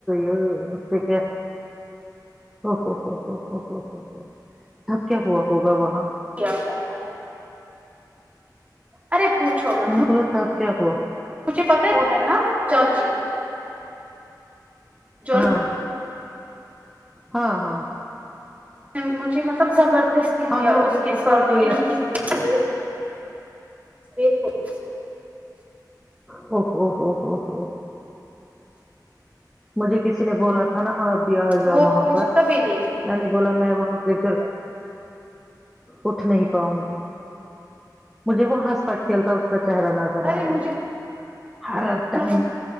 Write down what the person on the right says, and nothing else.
کیا جاتا ہے ارے پوچھو مت
نا
مجھے پتہ ہے وہ ہے نا چاچی جو
مجھے مطلب زبردستی لیا
اس کے
سامنے
کہ نہیں دیکھو <unintelligible>
وہ
مجھے
کبھی نہیں
ارے
مجھے
مطلب